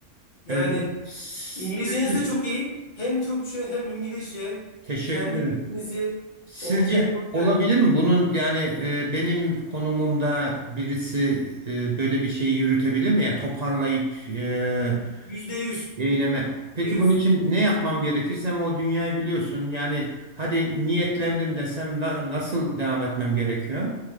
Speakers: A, on the left; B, on the right.
A: Yani
B: Evet. Sizce,
A: İngilizceniz de çok iyi. Hem Türkçe hem İngilizce
B: teşekkür
A: kendi
B: ederim.
A: bilginizi
B: Sizce
A: ortaya koyacak.
B: olabilir mi? Bunun yani e, benim konumumda birisi e, böyle bir şeyi yürütebilir mi? Yani toparlayıp e,
A: Yüzde yüz.
B: eyleme. Peki
A: yüzde yüz.
B: bunun için ne yapmam gerekir? Sen o dünyayı biliyorsun. Yani hadi niyetlendim desem na- nasıl devam etmem gerekiyor?